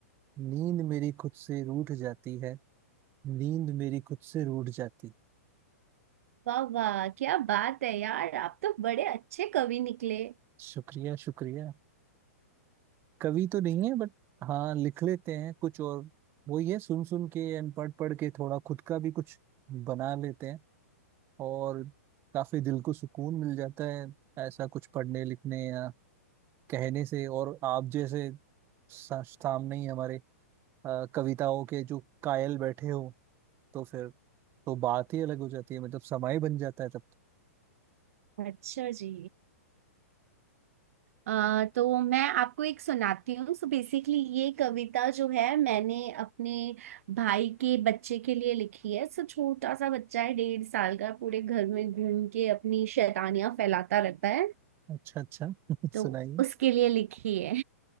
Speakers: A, on the right (about 30°); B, on the right (about 65°).
A: नींद मेरी खुद से रूठ जाती है नींद मेरी खुद से रूठ जाती
B: वाह वाह क्या बात है यार आप तो बड़े अच्छे कवि निकले
A: शुक्रिया शुक्रिया कवि तो नहीं है बट हाँ लिख लेते हैं कुछ और वो ये सुन सुन के एंड पढ़ पढ़ के थोड़ा खुद का भी कुछ बना लेते हैं और काफी दिल को सुकून मिल जाता है ऐसा कुछ पढ़ने लिखने या कहने से और आप जैसे सा- सामने ही हमारे अ, कविताओं के जो कायल बैठे हो तो फिर तो बात ही अलग हो जाती है मतलब समय बन जाता है तब
B: अच्छा जी आ, तो मैं आपको एक सुनाती हूँ सो बेसिकली ये कविता जो है मैंने अपने भाई के बच्चे के लिए लिखी है सो छोटा सा बच्चा है डेढ़ साल का पूरे घर में घूम के अपनी शैतानियां फैलाता रहता है
A: तो अच्छा अच्छा <laughs>
B: तो
A: सुनाइए
B: उसके लिए लिखी है